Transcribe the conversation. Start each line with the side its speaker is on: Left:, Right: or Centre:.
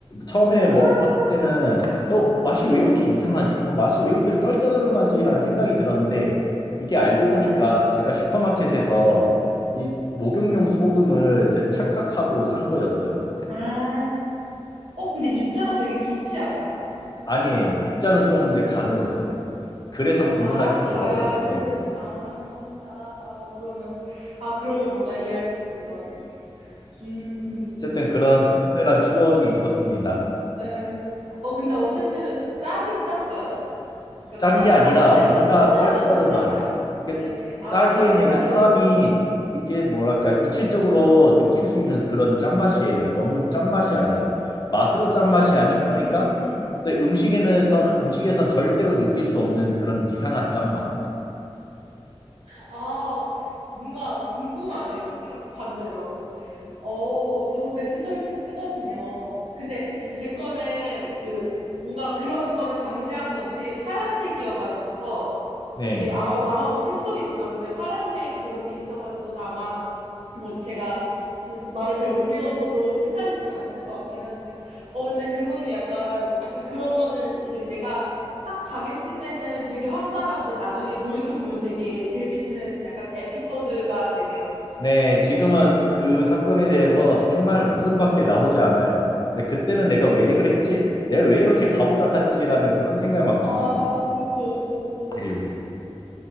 Left: 처음에
Right: 아,
Left: 먹어봤을 때는 어, 맛이 왜 이렇게 이상하지? 어, 맛이 왜 이렇게 떨떠름하지라는
Right: 음, 음.
Left: 생각이 들었는데 이게 알고 보니까
Right: 네네.
Left: 제가 슈퍼마켓에서 이 목욕용 소금을 이제 착각하고 산 거였어요.
Right: 아, 어 근데 입자가 되게 굵지 않아요?
Left: 아니에요. 입자는 좀 이제 가늘었어요. 그래서 구분하기
Right: 아, 가늘은,
Left: 더 어려웠던 거고.
Right: 아, 아, 아, 그러면, 아, 그러면 뭔가 이해할 수 있을 것 같네요. 음,
Left: 어쨌든 그런 씁쓸한 추억이 있었습니다.
Right: 예. 어, 근데 어쨌든 짜긴 짰어요. 그러니까
Left: 짠
Right: 똑같이
Left: 게 아니라
Right: 짰는데
Left: 뭔가
Right: 약간 씁쓸하면서
Left: 떨떠름한.
Right: 짰나요?
Left: 이게
Right: 예, 예. 아,
Left: 짜기에는
Right: 떨떠름.
Left: 이게 사람이 이게 뭐랄까 이질적으로 느낄 수 있는 그런 짠맛이에요. 너무 짠맛이 아니라 맛으로 짠맛이 아닌
Right: 음,
Left: 그러니까 또 음식에는 음식에선 절대로 느낄 수 없는 그런 이상한 짠맛.
Right: 아, 뭔가 궁금하네요. 겨- 반대로. 어, 저도 베스솔트 쓰거든요. 근데 이제 제 거는 그, 뭔가 그런 거를 방지한 건지 파란색이어가지고서
Left: 네.
Right: 이게 아마 아마 뭐 색소겠죠. 근데 파란색으로 돼 있어가지고서 아마 뭐 제가 말을 잘 못 읽었어도 헷갈리진 않았을 것 같긴 한데 어 근데 그거는 약간 약간 그런 거는 이제 내가 딱 당했을 때는 되게 황당한데 나중에 돌이켜 보면 되게 재밌는 약간 에피소드가 되네요.
Left: 네, 지금은 그 사건에 대해서 정말 웃음밖에 나오지 않아요. 네, 그때는 내가 왜 그랬지? 내가 왜 이렇게 바보 같았지라는 그런 생각이 막
Right: 아
Left: 들기도.
Right: 그쵸 그쵸 그쵸.
Left: 예.